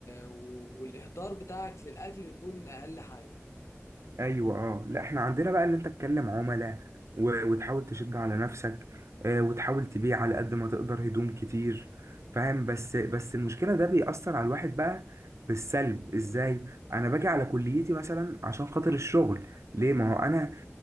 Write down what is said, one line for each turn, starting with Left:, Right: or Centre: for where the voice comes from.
Left: و... والاهدار بتاعك للاكل يكون اقل حاجة
Right: ايوه اه لا احنا عندنا بقى ان انت تكلم عملاء و- وتحاول تشد على نفسك آه، وتحاول تبيع على قد ما تقدر هدوم كتير فاهم بس بس المشكله ده بيأثر على الواحد بقى بالسلب ازاي انا باجي على كليتي مثلا عشان خاطر الشغل ليه ما هو انا